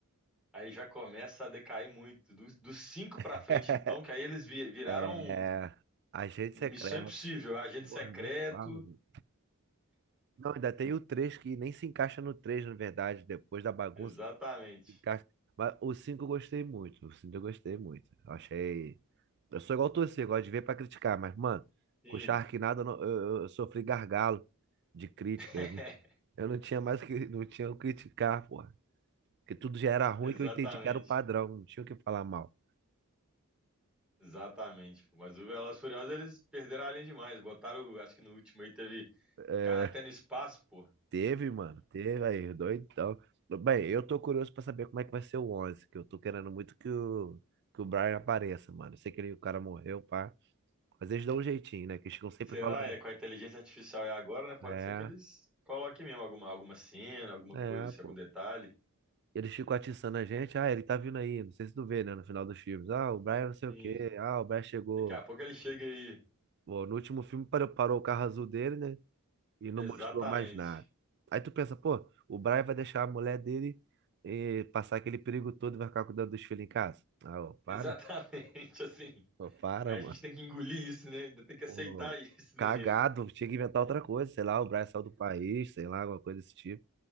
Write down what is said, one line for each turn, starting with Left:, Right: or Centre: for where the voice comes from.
Centre: aí já começa a decair muito. Dos, dos cinco pra
Right: <laughs>
Centre: frente então, que aí eles vi- viraram
Right: é... Agente
Centre: Missão
Right: Secreto.
Centre: Impossível, Agente
Right: Porra,
Centre: Secreto,
Right: nem fala, mano. Não, ainda tem o 3 que nem se encaixa no três, na verdade, depois da bagunça
Centre: exatamente.
Right: se encaixa. Mas o 5 eu gostei muito. O 5 eu gostei muito. Eu achei. Eu sou igual você, eu gosto de ver pra criticar, mas, mano,
Centre: Sim,
Right: com o Sharknado eu, não- eu, eu eu sofri gargalo de crítica.
Centre: <laughs>
Right: Eu não tinha mais que, não tinha o que criticar, porra. Porque tudo já era ruim
Centre: exatamente.
Right: que eu entendi que era o padrão, não tinha o que falar mal.
Centre: Exatamente. Mas o Velozes e Furiosos, eles perderam a linha demais. Botaram, acho que no último aí teve
Right: É,
Centre: carro até no espaço, pô.
Right: teve, mano, teve aí, doidão. Bem, eu tô curioso pra saber como é que vai ser o 11 que eu tô querendo muito que o, que o Brian apareça, mano. Eu sei que ele, o cara morreu, pá. Mas eles dão um jeitinho, né? Que eles ficam sempre
Centre: Será?
Right: falando.
Centre: É, com a inteligência artificial é agora, né? Pode
Right: É,
Centre: ser que eles coloquem mesmo alguma, alguma cena, alguma
Right: é,
Centre: coisa, assim,
Right: pô.
Centre: algum detalhe.
Right: Eles ficam atiçando a gente. Ah, ele tá vindo aí. Não sei se tu vê, né? No final dos filmes. Ah, o Brian não sei
Centre: Sim.
Right: o quê. Ah, o Brian chegou.
Centre: Daqui a pouco ele chega aí.
Right: Pô, no último filme parou, parou o carro azul dele, né? E não
Centre: Exatamente.
Right: mostrou mais nada. Aí tu pensa, pô, o Brian vai deixar a mulher dele eh, passar aquele perigo todo e vai ficar cuidando dos filhos em casa? Ah, ô, para,
Centre: Exatamente, <laughs> assim.
Right: ô, para,
Centre: Aí a
Right: mano.
Centre: gente tem que engolir isso, né? Ainda Tem que aceitar
Right: Ô,
Centre: <laughs> isso no
Right: cagado,
Centre: enredo.
Right: tinha que inventar outra coisa, sei lá, o Brian saiu do país, sei lá, alguma coisa desse tipo.